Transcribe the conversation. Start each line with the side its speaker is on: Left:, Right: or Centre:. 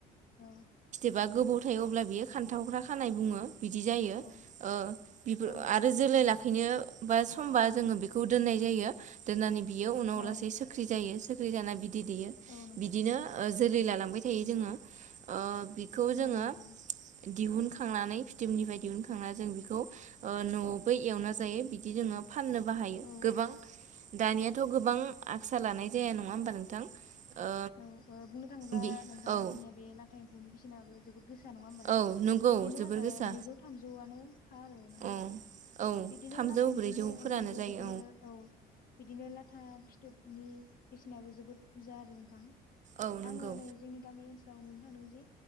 Left: औ
Right: एबा गोबौ थायो अब्ला बियो खान्थावग्रा खानाय बुङो। बिदि जायो ओ
Left: औ
Right: बिगु
Left: औ
Right: आरो जोलै
Left: नंगौ
Right: लाखिनो बा समबा जोङो बेखौ दोन्नाय जायो दोननानै बियो उनाव
Left: औ
Right: लासै सोख्रि जायो सोख्रि जाना बि बिदै दैयो
Left: औ नंगौ
Right: बिदिनो ओ जोलै
Left: औ
Right: लालांबाय थायो जोङो ओ बिखौ
Left: औ
Right: जोङो
Left: नंगौ
Right: दिहुनखांनानै फिथोबनिफ्राय दिहुनखांनानै जों बेखौ न'आवबो एवना जायो बिदि जोङो फाननोबो हायो
Left: औ
Right: गोबां दानियाथ' गोबां आसा लानाय जाया नङा ओमबा नोंथां? ओ
Left: औ ओ बुंनो थाङोब्ला
Right: बि
Left: नोंथां
Right: औ
Left: जोंनिया बे लाथा एम्फौनि बिसिनाबो जोबोद गोस सा नङा होमबा
Right: औ नंगौ
Left: बिदिनो
Right: जोबोर
Left: ओ
Right: गोसा
Left: नैजौ थामजौआनोखा आरो नङा ओमबा?
Right: औ औ
Left: बिदिनो
Right: थामजौ
Left: ला थाइम्फौनि
Right: ब्रैजौफोरानो
Left: अनगायैबो
Right: जायो
Left: बिदिनो औ बिदिनो लाथा फिथोबनि बेसेनाबो जोबोद बुरजा आरो नोंथां।
Right: औ नंगौ
Left: आङो नै जोंनि गामि ओनसोलाव नुनो थांदों जे